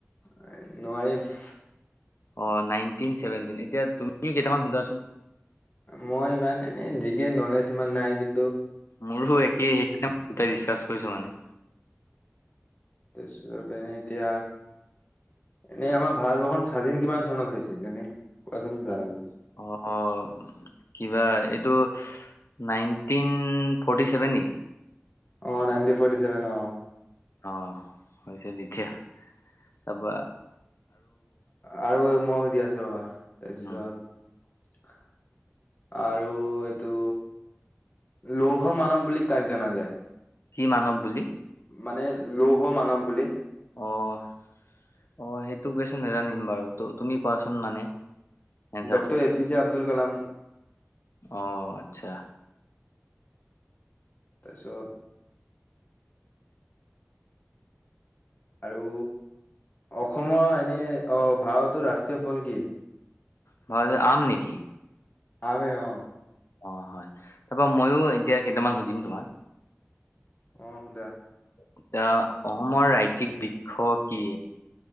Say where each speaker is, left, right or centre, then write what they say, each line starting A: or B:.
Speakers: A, on the left (about 40°); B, on the left (about 75°).
A: এ, নোৱাৰিফ।
B: অ', নাইনটিন চেভেনটিন, এতিয়া তুমি কেইটামান সোধাচোন।
A: মই ইমান এনে জিদিয়ে নলেজ সিমান নাই কিন
B: মোৰো একেই একদম, এতিয়া ৰিচাৰ্জ কৰিছো মানে।
A: <unintelligible> এতিয়া। এনেই আমাৰ ভাৰতবৰ্ষ স্বাধীন কিমান চনত হৈছিল এনেই, কোৱাচোন জানা যদি।
B: অ', অ'। কিবা এইটো, নাইনটিন ফৰ্টিচেভেন নেকি?
A: অ', নাইনটি ফৰ্টিচেভেন অ'।
B: অ', হৈছে তেতিয়া, তাৰপা
A: আৰু মই সুধি আছো ৰবা, তাইছত
B: উম
A: আৰু এইটো, লৌহমানৱ বুলি কাক জনা যায়?
B: কি মানৱ বুলি
A: মানে লৌহমানৱ বুলি।
B: অ', অ', সেইটো কোৱেশন নেজানিম বাৰু। ত তুমি কোৱাচোন মানে, এনচাৰটো।
A: Doctor A P J Abdul Kalam
B: অ'। চ্ছা।
A: তাইছত। আৰু অসম, এনে অ', ভাৰতৰ ৰাষ্ট্ৰীয় ফল কি?
B: ভাৱত আম নেকি!
A: আমে অ'।
B: অ', হয়। তাপা ময়ো এতিয়া কেইটামান সুধিম তোমাক।
A: অ' সুদা।
B: এতিয়া অসমৰ ৰাজ্যিক বৃক্ষ কি?